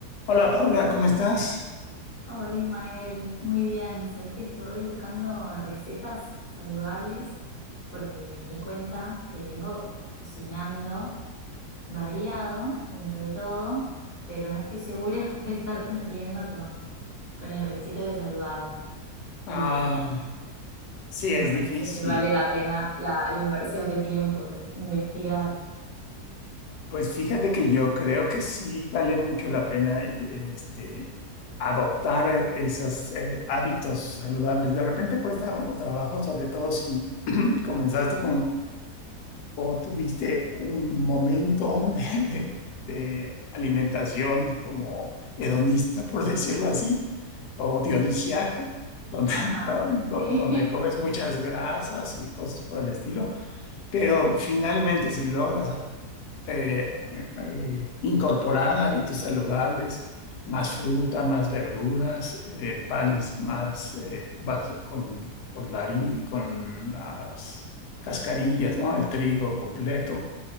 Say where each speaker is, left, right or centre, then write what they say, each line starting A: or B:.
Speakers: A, on the left; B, on the left.
A: Hola Paula, ¿cómo estás?
B: Hola Ismael, muy bien. Sabes que estoy buscando recetas saludables porque me di cuenta que vengo cocinando variado dentro de todo, pero no estoy segura <laughs> de estar cumpliendo con, con el requisito de saludable. Y,
A: Ah, sí,
B: y
A: es
B: me parece
A: difícil.
B: que vale la pena la, la inversión de tiempo de investigar.
A: Pues fíjate que yo creo que sí vale mucho la pena este, adoptar eh, esos eh, hábitos saludables. De repente cuesta o- trabajo, sobre todo si <clears throat> comenzaste con o tuviste un momento <laughs> de, de de alimentación como hedonista, por decirlo así, o dionisiaca, donde,
B: Ajá,
A: <laughs> donde
B: sí,
A: donde comes muchas grasas y cosas por el estilo. Pero finalmente, si logras eh, eh, incorporar hábitos saludables, más fruta, más verduras, eh, panes más eh, vas- con, con la hari- con las cascarillas, ¿no? El trigo completo,